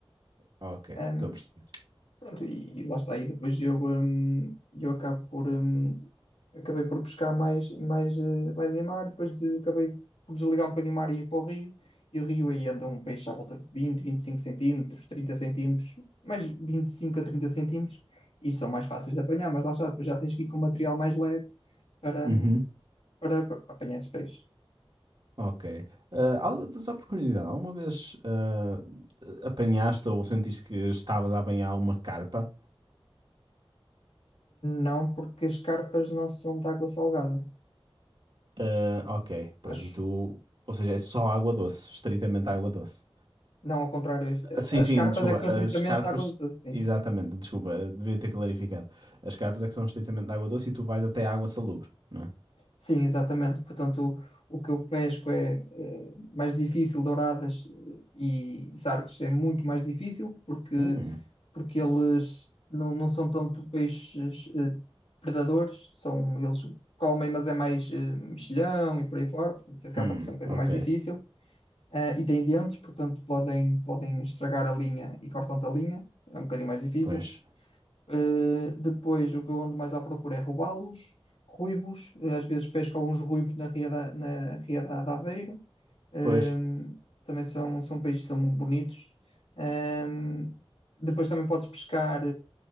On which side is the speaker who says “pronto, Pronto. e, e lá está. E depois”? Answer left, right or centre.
Left